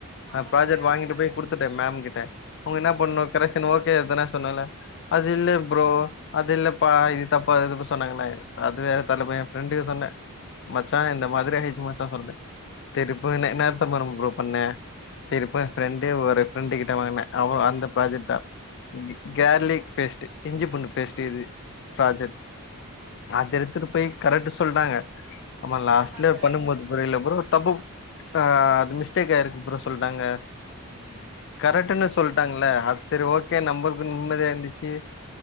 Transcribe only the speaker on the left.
நா ப்ராஜெக்ட்
வாங்கிட்டு
போய் குடுத்துட்டே மேம் கிட்ட அவ்ங்க என்னா
பண்ணு
க்ரஷ் இத்தன ஓகே எதானா சொன்னால அது இல்ல ப்ரோ அது இல்லப்பா இது தப்பா இதுப்ப சொன்னாங்கன்னா அது வேற தரல எ ஃப்ரெண்டுக்கு சொன்னே மச்சா இந்த மாரி ஆயிருச்சு மச்சா சொன்னே சேரி இப்போ என்ன தப்பு ப்ரோ பண்ணே சரிப்ப என் ஃப்ரெண்டே ஒரு ஃப்ரெண்டு கிட்ட வாங்கினே அவ அந்த ப்ராஜெக்ட் தா கேர்லிக் பேஸ்ட் இஞ்சி புண்டு பேஸ்ட் இது ப்ராஜெக்ட் அத எடுத்துட்டு போய் கரெக்ட் சொல்றாங்க நம்ம லாஸ்ட்ல
பண்ணும்போது புரிய இல்ல ப்ரோ தப்பு ஆ அது மிஸ்டேக் ஆயிருக்கு ப்ரோ சொல்ட்டாங்க
கரெக்டன்னு சொல்லிட்டாங்கள அது செரி ஓகே நம்மளுக்கு நிம்மதியா இருந்துச்சு